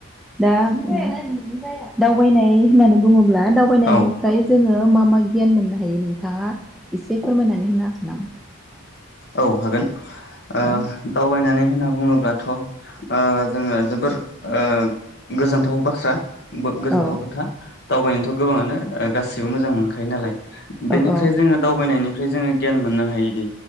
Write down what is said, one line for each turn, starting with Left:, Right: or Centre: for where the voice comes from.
Centre: दा उम दावबायनायथ' नाय होननानै बुङोब्ला दावबायनायनिफ्राय
Left: औ
Centre: जोङो मा मा गियान मोननो हायो नोंथाङा एसे फोरमायनानै होनो हागोन नामा?
Left: औ हागोन। ओ
Centre: औ
Left: दावबायनानै होनना बुङोब्लाथ' ओ जोङो जोबोर ओ गोजोनथाव बाथ्रा। बो गोजोनथाव
Centre: औ
Left: खोथा। दावबायनोथ गोबाङानो ओ गासिबो मोजां मोनखायो नालाय बेनिफ्राय
Centre: औ औ
Left: जोङो दावबायनायनि फ्राय जोङो गियान मोननो हायोदि।